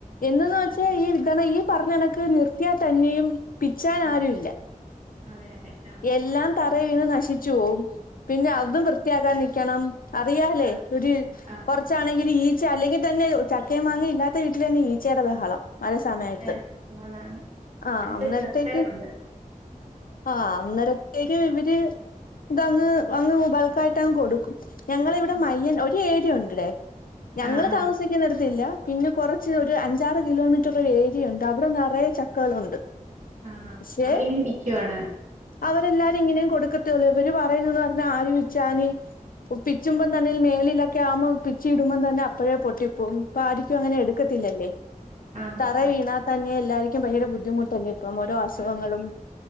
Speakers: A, on the left; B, on the right.
A: എന്ത്ന്ന്
B: നിക്കും
A: വെച്ചാ
B: ആഹ്
A: ഈ <unintelligible> പറഞ്ഞ കണക്ക് നിർത്തിയ തന്നെയും പിച്ചാൻ
B: ഉം
A: ആരു ഇല്ല.
B: അതെ അതെ ആഹ്
A: എല്ലാം തറയി വീണു നശി ശിച്ചുപോകും പിന്നെ അതും വൃത്തിയാക്കാനി ക്യണം അറിയാല്ലേ
B: ആഹ്
A: ഒരു
B: ആഹ്
A: കൊറച്ചാണെങ്കിൽ ഈ ച്ച അല്ലെങ്കിൽ തന്നെ ചക്കയും മാങ്ങയും ഇല്ലാത്ത വീട്ടിൽ തന്നെ ഈച്ചയുടെ ബഹളം. മഴസമയത്ത്
B: അതെ ആന്നാന്ന്
A: ആ
B: ഒരു
A: അന്നേരത്തേക്ക്
B: സൈസ് വട്ടയുണ്ട്
A: ആഹ് അന്നേരത്തേക്ക് ഇവര് ഇതങ്ങ് അങ്ങ് ബൾക്കായിട്ടങ്ങ് കൊടുക്കും. ഞങ്ങള് ഇവിടെ
B: ഉം
A: മയ്യൻ ഒരു ഏരിയ ഉണ്ട്. ബ്ളേ ഞങ്ങള്
B: ആഹാ
A: താമസിക്കുന്ന എട് ത്ത്ല്ല പിന്നെ കൊറച്ച് ഒരു അഞ്ചാറ് കിലോമീറ്റർ ഒരു ഏരിയുണ്ട് അവിടെ നിറയെ ചക്കകളുണ്ട്.
B: ആ ഹാ
A: പക്ഷെ
B: അവരിങ്ങനെ ഇരിക്കുവാണ്.
A: അവരെല്ലാരും ഇങ്ങനെയും കൊടുക്കത്തേള്ളൂ ഇവര് പറയുന്നത് പറഞ്ഞ ആര് വിച്ചാന് പിച്ചുമ്പം തന്നെ മേലിലൊക്കെ ആവുമ്പോ പിച്ചി ഇടുമ്പോം തന്നെ അപ്പോഴേ പൊട്ടിപ്പോകും. അപ്പൊ ആരിക്കും അങ്ങനെ എടുക്കത്തില്ലല്ലേ.
B: ആഹാ
A: തറേ
B: ആഹ്
A: വീണാ തന്നെ എല്ലാരിക്കും ഭയങ്കര ബുദ്ധിമുട്ടല്ലേ. ഇപ്പം ഓരോ അസുഖങ്ങളും.
B: ആഹ്